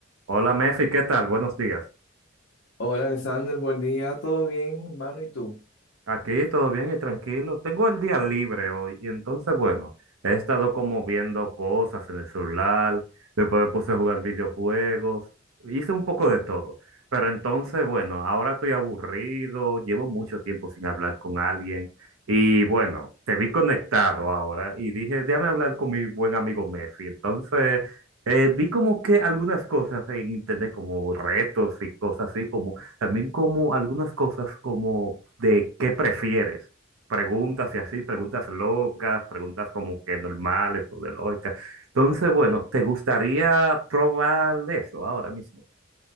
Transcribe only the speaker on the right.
Hola Mefi, ¿qué tal? Buenos días.
Aquí todo bien y tranquilo. Tengo el día libre hoy y entonces, bueno, he estado como viendo cosas en el celular, después me puse a jugar videojuegos, hice un poco de todo. Pero entonces, bueno, ahora estoy aburrido, llevo mucho tiempo sin hablar con alguien y bueno, te vi conectado ahora y dije, déjame hablar con mi buen amigo Mefi. Entonces, eh, vi como que algunas cosas en internet como retos y cosas así como También como algunas cosas como de qué prefieres. Preguntas y así, preguntas locas, preguntas como que normales o de lógica. Entonces, bueno, ¿te gustaría probar eso ahora mismo?